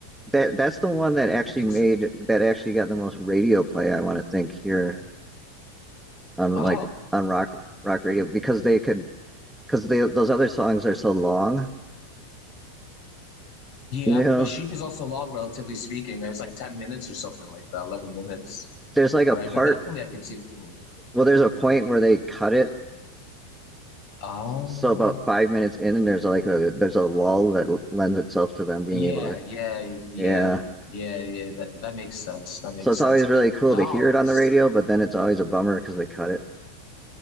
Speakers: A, in the centre; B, on the left.
A: that that's the one that actually
B: I think
A: made
B: so.
A: that actually got the most radio play i want to think here on
B: Oh,
A: like on rock rock radio because they could because they those other songs are so long
B: yeah,
A: you know
B: but sheep is also long, relatively speaking. It was like ten minutes or something like that, eleven minutes,
A: there's like a
B: right?
A: part
B: But definitely, I can see what you mean.
A: well there's a point where they cut it
B: Oh,
A: So about five minutes in, and there's like a there's a lull that l- lends itself to them being
B: yeah,
A: able to.
B: yeah, yeah,
A: Yeah.
B: yeah, yeah. That that makes sense. That makes
A: So it's
B: sense.
A: always really cool
B: Dogs.
A: to hear it on the radio, but then it's always a bummer because they cut it.